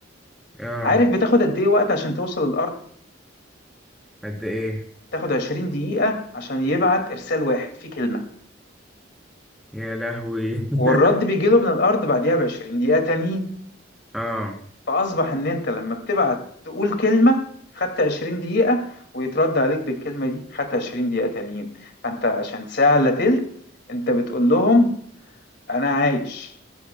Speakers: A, in the centre; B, on the left (about 60°).
A: اه
B: عارف بتاخد قد ايه وقت عشان توصل للارض
A: قد ايه
B: تاخد 20 دقيقة عشان يبعت إرسال واحد فيه كلمة
A: يا لهوي <laughs>
B: والرد بيجيله من الأرض بعديها ب 20 دقيقة تانيين
A: اه
B: فأصبح إن أنت لما بتبعت تقول كلمة خدت 20 دقيقة ويترد عليك بالكلمة دي خدت 20 دقيقة تانيين فأنت عشان ساعة إلا تلت أنت بتقول لهم أنا عايش